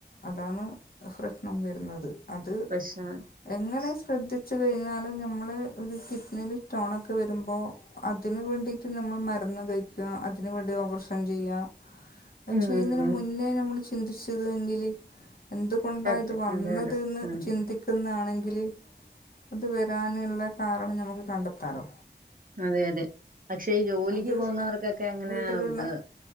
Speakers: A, on the left; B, on the right.
A: അതാണ് പ്രശ്‌നം വരുന്നത് അത്
B: പ്രശ്നാണ്
A: എങ്ങനെ ശ്രദ്ധിച്ചു കഴിഞ്ഞാൽ നമ്മള് ഒരു കിഡ്നില് സ്റ്റോണൊക്കെ വരുമ്പോ അതിന് വേണ്ടിട്ട് നമ്മൾ മരുന്ന് കഴിക്ക അതിന് വേണ്ടി ഓപ്പറേഷൻ ചെയ്യ അത്
B: ഉം
A: ചെയ്യുന്നതിന് മുന്നേ നമ്മൾ ചിന്തിച്ചത് എങ്കില് എന്ത് കൊണ്ടാ
B: പറ്റും
A: ഇത് വന്നത്
B: അതെ അതെ
A: ന്ന്
B: ഉം
A: ചിന്തിക് ക്കുന്നാണെങ്കില് അത് വരാനുള്ള കാരണം നമുക്ക് കണ്ടെത്താലോ
B: അതെയതെ പക്ഷെ ഈ ജോലിക്ക്
A: അത്
B: പോകുന്നവർക്കൊക്കെ അങ്ങനെ
A: വീട്ടിലുള്ള
B: വ്